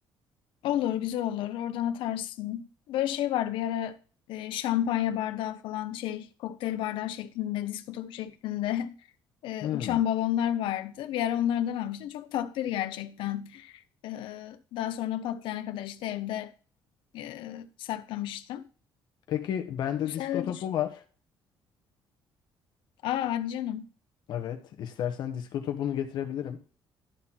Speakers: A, on the left (about 75°); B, on the left (about 60°).
A: Olur, güzel olur. Oradan atarsın. Böyle şey var bir ara e, şampanya bardağı falan şey kokteyl bardağı şeklinde, disko topu şeklinde <laughs> e,
B: Hmm.
A: uçan balonlar vardı. Bir ara onlardan almıştım. Çok tatlıydı gerçekten. E, daha sonra patlayana kadar işte evde e, saklamıştım.
B: Peki bende
A: Bu sene
B: disko
A: de
B: topu
A: düş.
B: var.
A: Aa hadi canım.
B: Evet, istersen disko topunu getirebilirim.